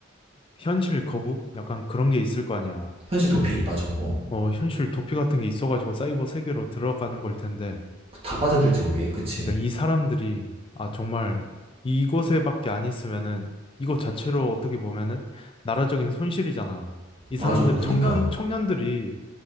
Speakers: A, on the left (about 25°); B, on the right (about 30°).
A: 현실 거부? 약간 그런 게 있을 거 아니야.
B: 현실 도피, 맞아. 어.
A: 어, 현실 도피 같은 게 있어가지고 사이버 세계로 들어가는 걸 텐데.
B: 다 빠져들지, 거기에. 그치.
A: 그러니까 이 사람들이 아 정말 이곳에밖에 안 있으면은 이거 자체로 어떻게 보면은 나라적인 손실이잖아. 이
B: 맞아.
A: 사람들이
B: 그니까.
A: 청년 청년들이